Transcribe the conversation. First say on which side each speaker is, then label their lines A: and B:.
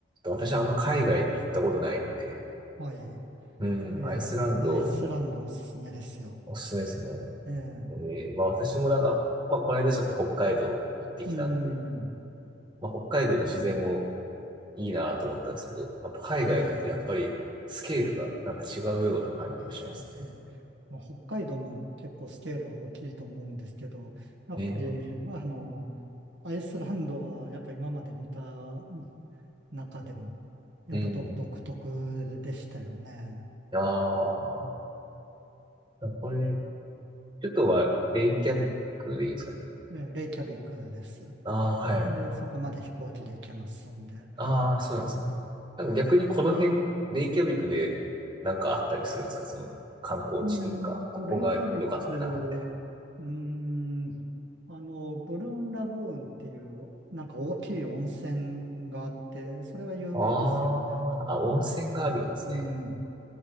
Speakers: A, on the right; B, on the right.
A: 私あんま海外って行ったことないんで、
B: はい。
A: うん、
B: ええアイスランドおすすめですよ。
A: アイスランドおすすめですね。
B: ええ
A: えーまあ私もなんか、まあこの間ちょっと北海道行ってきたんで、
B: うん。
A: まあ北海道の自然も
B: あの、
A: いいなと思ったんですけど、やっぱ海外だとやっぱりスケールがなんか違うような感じがしますね
B: はい。ねまあ、北海道も結構スケールは大きいと思うんですけど、やっぱり、
A: ええ、
B: まああの、アイスランドはやっぱ今まで見た中でも、やっぱ独独特でしたよね。
A: うん。ああ、これ、ちょっとは、レイキャビックでいいんですかね。
B: えレイキャビクです。
A: ああ、はい。
B: で、そこまで飛行機で行けますんで。
A: ああ、そうなんですね。なんか逆にこの辺、レイキャビックで、なんかあったりするんですかその、観光地というか、
B: うーんと、
A: ここが良かったな、
B: レイキャビク、
A: みたいな。
B: うーん、あの、ブルーンラグーンっていう、なんか大きい温泉があって、それは有名ですよね。
A: ああ、あ、温泉があるんですね。
B: うん。